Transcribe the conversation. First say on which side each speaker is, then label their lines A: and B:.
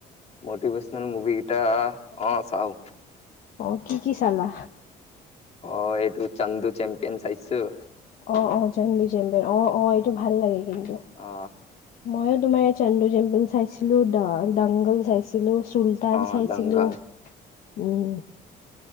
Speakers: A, on the left (about 40°); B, on the left (about 60°).
A: মতিভেশনেল মুভি কেইটা অ চাওঁ।
B: অ কি কি চালা?
A: অ এইটো চান্দু চেম্পিয়ন চাইছোঁ।
B: অ অ ছান্দু চেম্পিয়ন অ অ এইটো ভাল লাগে কিন্তু।
A: অ।
B: ময়ো তোমাৰ চান্দু চেম্পিয়ন চাইছিলো দাংগল চাইছিলো চ টান
A: অ
B: চাইছিলো
A: দংগল
B: উম